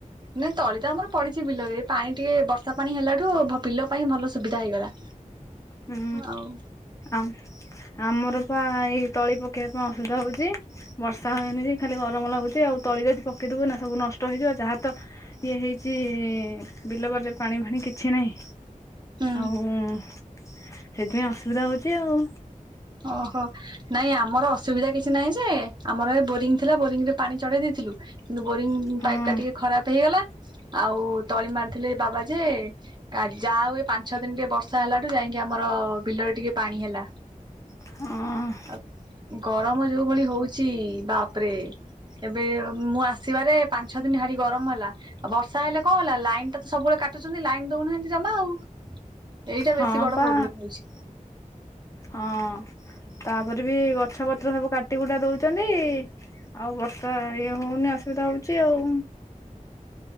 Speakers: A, on the right; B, on the left.
A: ନାଇଁ ତଳି ତ ଆମର ପଡିଛି ବିଲରେ ପାଣି ଟିକେ ବର୍ଷା ପାଣି ହେଲାଠୁ ଭ-ବିଲ ପାଇଁ ଭଲ ସୁବିଧା ହେଇଗଲା।
B: ହୁଁ,
A: ଆଉ
B: ଆମ ଆମର ପା ଏଇ ତଳି ପକେଇବା ପାଇଁ ଅସୁବିଧା ହଉଚି। ବର୍ଷା ହେଇନି ଯେ ଖାଲି ଗରମ ଲାଗୁଛି ଆଉ। ତଳି ଯଦି ପକେଇଦବୁ ଏଇନା ସବୁ ନଷ୍ଟ ହେଇଯିବ। ଯାହା ତ ଇଏ ହେଇଚି ବିଲ ବାଡିରେ ପାଣି ଫାଣି କିଛି ନାହିଁ।
A: ହୁଁ
B: ଆଉ ଉଁ, ସେଇଥିପାଇଁ ଅସୁବିଧା ହଉଚି ଆଉ।
A: ଓହୋ। ନାଇଁ ଆମର ଅସୁବିଧା କିଛି ନାହିଁ ଯେ ଆମର ଏ ବୋରିଂ ଥିଲା, ବୋରିଂ ରେ ପାଣି ଚଢେଇ ଦେଇଥିଲୁ। କିନ୍ତୁ ବୋରିଂ
B: ହଁ
A: ପାଇପ୍ ଟା ଟିକେ ଖରାପ ହେଇଗଲା। ଆଉ ତଳି ମାରିଥିଲେ ଏ ବାବା ଯେ କା- ଯା ହଉ ପାଞ୍ଚ, ଛଅ ଦିନ ଟିକେ ବର୍ଷା ହେଲାଠୁ ଯାଇକି ଆମର ବିଲରେ ଟିକେ ପାଣି ହେଲା।
B: ହଁ।
A: ଆ, ଗରମ ଯୋଉ ଭଳି ହଉଛି ବାପରେ ଏବେ ମୁଁ ଆସିବାରେ ପାଞ୍ଚ ଛଅ ଦିନି ଭାରି ଗରମ ହେଲା। ଆଉ ବର୍ଷା ହେଲେ କଣ ହେଲା ଲାଇନ ଟା ତ ସବୁବେଳେ କାଟୁଛନ୍ତି। ଲାଇନ ଦଉନାହାନ୍ତି ଜମା ଆଉ। ଏଇଟା
B: ହଁ,
A: ବେଶୀ ବଡ
B: ପା
A: ପ୍ରୋବ୍ଲେମ ହଉଛି
B: ହଁ। ତାପରେ ବି ଗଛ ପତ୍ର ସବୁ କାଟି କୁଟା ଦଉଚନ୍ତି। ଆଉ ବର୍ଷା ଇଏ ହଉନି ଅସୁବିଧା ହଉଚି ଆଉ।